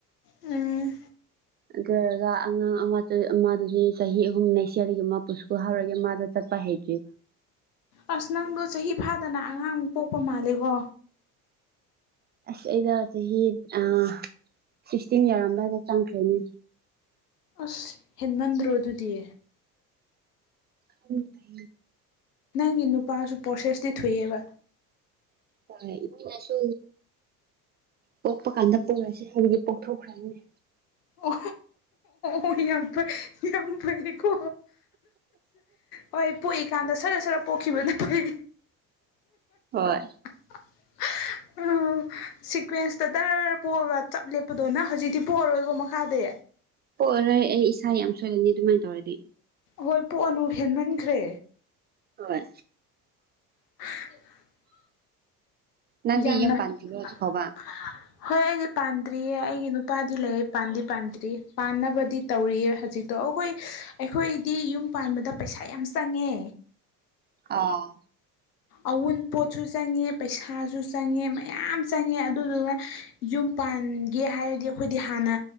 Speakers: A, on the left; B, on the right.
A: ꯎꯝ
B: ꯑꯗꯨꯑꯣꯏꯔꯒ ꯑꯉꯥꯡ ꯑꯃꯗꯨ ꯑꯃꯗꯨꯗꯤ ꯆꯍꯤ ꯑꯍꯨꯝ ꯅꯦꯛꯁ ꯌꯤꯔꯗꯒꯤ ꯃꯥꯕꯨ ꯁ꯭ꯀꯨꯜ ꯍꯧꯔꯒꯦ ꯃꯥꯗꯨ ꯆꯠꯄ ꯍꯩ
A: ꯑꯁ ꯅꯪꯗꯣ ꯆꯍꯤ ꯐꯥꯗꯅ ꯑꯉꯥꯡꯛ ꯄꯣꯛꯄ ꯃꯥꯜꯂꯦꯒꯣ
B: ꯑꯁ ꯑꯩꯗꯣ ꯆꯍꯤ ꯑ ꯁꯤꯛꯁꯇꯤꯟ ꯌꯧꯔꯝꯕꯗ ꯆꯪꯈ꯭ꯔꯅꯤ
A: ꯑꯁ ꯍꯦꯟꯃꯟꯗ꯭ꯔꯣ ꯑꯗꯨꯗꯤ
B: <unintelligible>
A: ꯅꯪꯒꯤ ꯅꯨꯄꯥꯁꯨ ꯄ꯭ꯔꯣꯁꯦꯁꯇꯤ ꯊꯨꯏꯑꯦꯕ
B: ꯍꯣꯏ ꯃꯣꯏꯅꯁꯨ ꯄꯣꯛꯄ ꯀꯥꯟꯗ ꯄꯣꯔꯁꯦ ꯍꯥꯏꯕꯒꯤ ꯄꯣꯛꯊꯣꯛꯈ꯭ꯔꯕꯅꯦ
A: ꯑꯣ ꯑꯣ ꯌꯥꯝ ꯌꯥꯝ ꯐꯩ ꯌꯥꯝ ꯐꯩꯀꯣ ꯍꯣꯏ ꯄꯣꯛꯏꯀꯥꯟꯗ ꯁꯔꯠ ꯁꯔꯠ ꯄꯣꯛꯈꯤꯕꯅ ꯐꯩ
B: ꯍꯣꯏ
A: <unintelligible> ꯑ ꯁꯤꯀ꯭ꯋꯦꯟꯁꯇ ꯇꯔꯔ ꯄꯣꯛꯑꯒ ꯆꯞ ꯂꯦꯞꯄꯗꯣ ꯅꯪ ꯍꯧꯖꯤꯛꯇꯤ ꯄꯣꯛꯑꯔꯣꯏꯀꯣ ꯃꯈꯥꯗꯤ
B: ꯄꯣꯛꯑꯔꯣꯏ ꯑꯩ ꯏꯁꯥ ꯌꯥꯝ ꯁꯣꯏꯒꯅꯤ ꯑꯗꯨꯃꯥꯏ ꯇꯧꯔꯗꯤ
A: ꯍꯣꯏ ꯄꯣꯛꯑꯅꯨ ꯍꯦꯟꯃꯟꯈ꯭ꯔꯦ
B: ꯍꯣꯏ
A: <unintelligible>
B: ꯅꯪꯗꯤ
A: ꯌꯥꯝꯅ
B: ꯌꯨꯝ
A: <unintelligible>
B: ꯄꯥꯟꯗ꯭ꯔꯤꯕ꯭ꯔꯣ ꯍꯧꯖꯤꯛ ꯐꯥꯎꯕ
A: ꯍꯣꯏ ꯑꯩꯗꯤ ꯄꯥꯟꯗ꯭ꯔꯤꯌꯦ ꯑꯩꯒꯤ ꯅꯨꯄꯥꯗꯤ ꯂꯩ ꯄꯥꯟꯗꯤ ꯄꯥꯟꯗ꯭ꯔꯤ ꯄꯥꯟꯅꯕꯗꯤ ꯇꯧꯔꯤꯌꯦ ꯍꯧꯖꯤꯛꯇꯣ ꯑꯩꯈꯣꯏ ꯑꯩꯈꯣꯏꯗꯤ ꯌꯨꯝ ꯄꯥꯟꯕꯗ ꯄꯩꯁꯥ ꯌꯥꯝ ꯆꯪꯉꯦ
B: ꯑꯥ
A: ꯑꯎꯟꯄꯣꯠꯁꯨ ꯆꯪꯉꯦ ꯄꯩꯁꯥꯁꯨ ꯆꯪꯉꯦ ꯃꯌꯥꯝ ꯆꯪꯉꯦ ꯑꯗꯨꯗꯨꯒ ꯌꯨꯝ ꯄꯥꯟꯒꯦ ꯍꯥꯏꯔꯗꯤ ꯑꯩꯈꯣꯏꯗꯤ ꯍꯥꯟꯅ